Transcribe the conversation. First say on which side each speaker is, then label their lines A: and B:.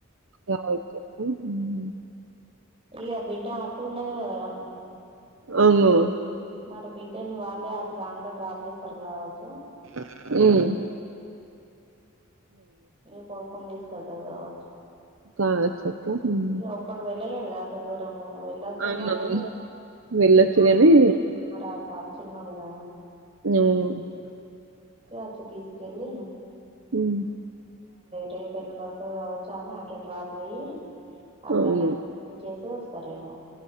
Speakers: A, on the right; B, on the right.
A: కావచ్చు అక్క ఉమ్.
B: ఇ బిడ్డ అటు ఉన్నది కదరా?
A: అవును
B: మరి బిడ్డని వాళ్ళే అటు రాంగ్ గా డ్రాప్ చేస్తారు కావచ్చు
A: మ్
B: ఇ కొడుకుని తీసుకెళ్తారు కావచ్చు.
A: కావచ్చు. హ్మ్
B: వీడు ఒక్కడు వెళ్ళలేడుగదా అంత దూరము వెళ్ళొచ్చేమో
A: అవునవును
B: గాని
A: వెళ్ళొచ్చు
B: <unintelligible>
A: గాని
B: చిన్నోడుగా
A: <unintelligible>
B: వచ్చి తీసుకెళ్ళి
A: హ్మ్
B: రేపు ఎల్లుండి వస్తరు <unintelligible> <unintelligible> అట్టే డ్రాప్ అయ్యి అక్కడ
A: అవును
B: <unintelligible> వస్తారేమో